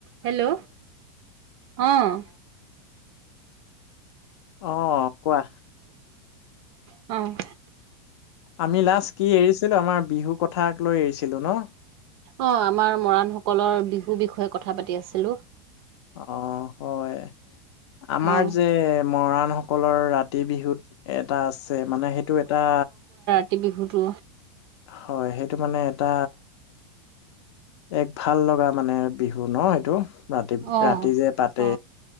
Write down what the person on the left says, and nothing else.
অ', কোৱা।
আমি লাষ্ট কি এৰিছিলোঁ, আমাৰ বিহু কথাক লৈ এৰিছিলোঁ ন'?
অ', হয়, আমাৰ
যে মৰাণ সকলৰ ৰাতি বিহুত এটা আছে, মানে সেইটো এটা
হয়, সেইটো মানে এটা এক ভাল লগা মানে বিহু ন', এইটো ৰাতি,
ৰাতি যে পাতে।